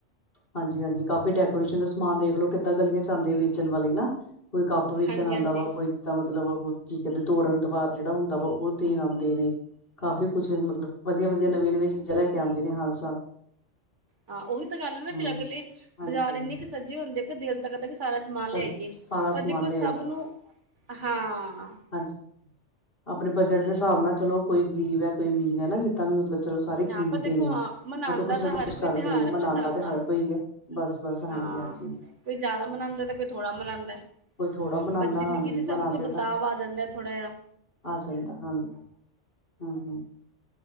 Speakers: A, on the left; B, on the right.
A: ਹਾਂਜੀ ਹਾਂਜੀ, ਕਾਫ਼ੀ ਡੈਕੋਰੇਸ਼ਨ ਦਾ ਸਮਾਨ ਦੇਖਲੋ ਕਿੱਦਾਂ ਗਲੀਆਂ 'ਚ ਆਉਦੇ ਵੇਚਣ ਵਾਲੇ ਨਾ ਕੋਈ ਕੱਪ ਵੇਚਣ
B: ਹਾਂਜੀ
A: ਆਉਂਦਾ
B: ਹਾਂਜੀ
A: ਵਾ, ਕੋਈ ਤਾਂ ਮਤਲਬ ਕੀ ਕਹਿੰਦੇ ਤੋਰੜ ਤੋਂ ਬਾਅਦ ਜਿਹੜਾ ਹੁੰਦਾ ਵਾ, ਉਹ ਦੇਣ ਆਉਂਦੇ ਨੇ ਕਾਫ਼ੀ ਕੁਛ ਮਤਲਬ, ਵਧੀਆ ਵਧੀਆ, ਨਵੀਂ -ਨਵੀਂ ਚੀਜ਼ਾਂ ਲੈ ਕੇ ਆਉਂਦੇ ਨੇ ਹਰ ਸਾਲ।
B: ਹਾਂ ਉਹੀ ਤਾਂ ਗੱਲ ਹੈ ਨਾ,
A: ਹੂੰ
B: ਫਿਰ ਅਗਲੇ
A: ਹਾਂਜੀ
B: ਬਾਜ਼ਾਰ ਇੰਨੇ ਕੁ ਸੱਜੇ ਹੁੰਦੇ ਦਿਲ ਤਾ ਕਰਦਾ ਵੀ ਸਾਰਾ ਸਮਾਨ
A: ਸਾ
B: ਲੈ ਆਈਐ,
A: ਸਾਰਾ
B: ਪਰ
A: ਸਮਾਨ
B: ਦੇਖੋ
A: ਲੈ ਆਈਏ
B: ਸਬ ਨੂੰ, ਹਾਂ
A: ਹਾਂਜੀ, ਆਪਣੇ ਬਜਟ ਦੇ ਹਿਸਾਬ ਨਾਲ ਚਲੋ, ਕੋਈ ਗਰੀਬ ਹੈ, ਕੋਈ ਅਮੀਰ ਹੈ ਨਾ ਜਿੱਦਾਂ ਵੀ ਮਤਲਬ ਚਲੋ ਸਾਰੇ ਖਰੀਦਦੇ
B: ਹਾਂ ਪਰ ਦੇਖੋ
A: ਨੇ,
B: ਹਾਂ ਮਨਾਉਂਦਾ
A: ਮਤਲਬ ਕੁਛ ਨਾ
B: ਤਾਂ
A: ਕੁਛ
B: ਹਰ
A: ਕਰਦੇ
B: ਕੋਈ ਤਿਉਹਾਰ
A: ਨੇ,
B: ਆਪਣੇ
A: ਮਨਾਉਂਦਾ
B: ਹਿਸਾਬ
A: ਤੇ
B: ਨਾਲ
A: ਹਰ ਕੋਈ ਹੈ। ਬਸ ਬਸ, ਹਾਂਜੀ
B: ਹਾਂ
A: ਹਾਂਜੀ।
B: ਕੋਈ ਜ਼ਿਆਦਾ ਮਨਾਉਂਦਾ ਤੇ ਕੋਈ ਥੋੜ੍ਹਾ ਮਨਾਉਂਦਾ,
A: ਕੋਈ ਥੋੜਾ ਮਨਾਂਦਾ
B: ਪਰ ਜ਼ਿੰਦਗੀ
A: ਹਾਂਜੀ
B: 'ਚ ਸਭ
A: ਮਨਾਂਦੇ
B: 'ਚ ਬਦਲਾਵ
A: ਤਾਂ
B: ਆ ਜਾਂਦਾ। ਥੋੜਾ ਜਾ, ਹਾਂ।
A: ਆ ਜਾਂਦਾ ਹਾਂਜੀ ਹੂੰ ਹੂੰ